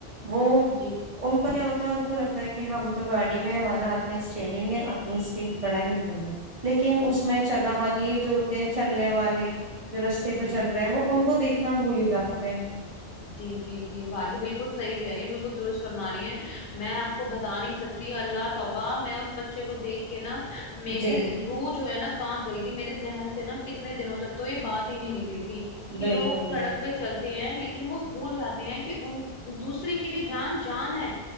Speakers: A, on the right (about 65°); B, on the left (about 60°).
A: وہ
B: جی
A: ان کا کیا ہوتا ہے ان کو لگتا ہے کہ ہم تو گاڑی میں ہمارے ہاتھ میں اسٹرینگ ہے اپنی اسپیڈ بڑائے نکلنا لیکن اس میں چل رہا گیر جو ہوتے ہیں چلنے والے جو رستے پہ
B: جی
A: چل رہے ہیں وہ ان کو دیکھ اتنا بھولی جاتے ہیں
B: جی جی جی با جی بالکل صحیح کہہ رہی ہیں بالکل درست فرما رہی ہیں میں آپ کو بتا نہیں سک جی اللہ توبہ میں اس بچے کو دیکھ کے نا میرے
A: جی
B: روح جو ہے نا کانپ گئی تھی میرے ذہن سے نا کتنے دنوں تک تو یہ بات ہی نہیں نکلی تھی کہ
A: بالکل
B: لوگ سڑک
A: بالکل
B: پہ چل تے ہیں لیکن وہ بھول جاتے ہیں کہ ان دوسرے کی بھی جان جان ہے